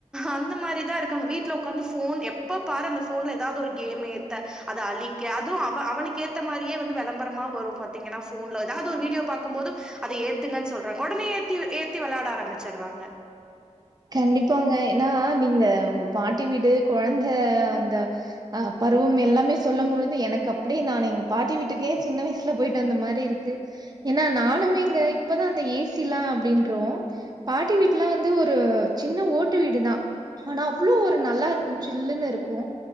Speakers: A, in the centre; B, on the right.
A: அந்த மாரிதா இருக்காங் வீட்ல உக்காந்து ஃபோன் எப்ப பாரு அந்த ஃபோன்ல ஏதாவது ஒரு கேம் ஏத்த அத அழிக்க அதுவு அவ அவனுக்கு ஏத்த மாரியே வந்து வெளம்பரமா வரு பாத்தீங்கன்னா ஃபோன்ல ஏதாவது ஒரு வீடியோ பாக்கும்போது அத ஏத்துங்கன் சொல்றாங்க உடனே ஏத்தி ஏத்தி வெளாட ஆரம்பிச்சிடுறாங்க
B: கண்டிப்பாங்க ஏன்னா நீங்க உங்க பாட்டி வீடு கொழந்த அந்த அ பருவம் எல்லாமே சொல்லம்பொழுது எனக்கு அப்டியே நான் எங்க பாட்டி வீட்டுக்கே சின்ன வயசு சுல போயிட்டு வந்த மாரி இருக்கு ஏன்னா நானுமே இங்க இப்பதா இந்த ஏசி எல்லா அப்டின்றோ பாட்டி வீட் லா வந்து ஒரு சின்ன ஓட்டு வீடுதா ஆனா அவ்ளோ ஒரு நல்லா இருக்கு சில்லுன்னு இருக்கு